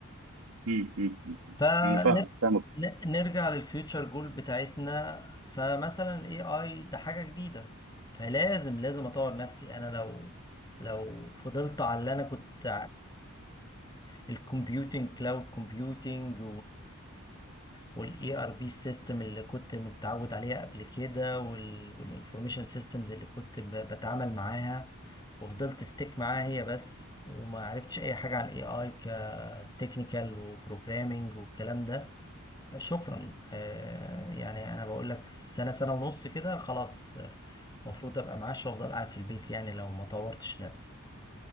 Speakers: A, on the right; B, on the left.
A: مم، مم، مم.
B: فنرجع
A: انا فاهم فاهمك
B: للفيوتشر جول بتاعتنا فمثلا الاي اي ده حاجة جديدة فلازم لازم اطور نفسي انا لو لو فضلت على اللي انا كنت الكمبيوتنج كلاود كومبيوتنج والاي ار بي سيستم اللي كنت متعود عليها قبل كده والانفورميشن سيستمز اللي كنت ب- بتعامل معاها وفضلت ستيك معاها هي بس وما عرفتش اي حاجه عن اي اي كتكنيكال وبروجرامينج والكلام ده شكرا آه، يعني انا بقول لك سنه سنه ونص كده خلاص آه، المفروض ابقى معاش وافضل قاعد في البيت يعني لو ما طورتش نفسي